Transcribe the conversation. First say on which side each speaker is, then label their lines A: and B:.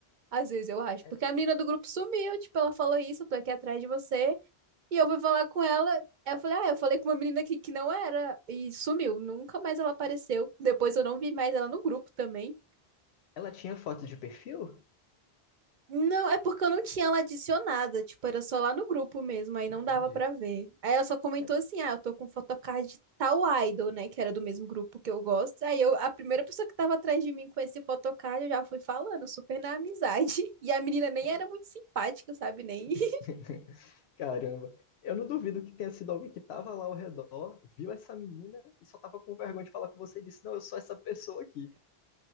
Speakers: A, on the right; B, on the left.
A: Às vezes eu acho,
B: É,
A: porque a menina do grupo sumiu, tipo, ela falou isso, eu tô aqui atrás de você. E eu fui falar com ela. Eu falei, ah, eu falei com uma menina aqui que não era e sumiu. Nunca mais ela apareceu. Depois eu não vi mais ela no grupo também.
B: Ela tinha foto de perfil?
A: Não, é porque eu não tinha ela adicionada, tipo, era só lá no grupo mesmo, aí não
B: Entendi.
A: dava pra ver. Aí ela só comentou
B: É,
A: assim: "Ah, eu tô com photocard de tal idol, né, que era do mesmo grupo que eu gosto". Aí eu, a primeira pessoa que tava atrás de mim com esse photocard, eu já fui falando, super na amizade. <laughs> E a menina nem
B: é,
A: era muito simpática, sabe, nem. <laughs>
B: <laughs> Caramba. Eu não duvido que tenha sido alguém que estava lá ao redor, viu essa menina e só estava com vergonha de falar com você e disse: Não, eu sou essa pessoa aqui.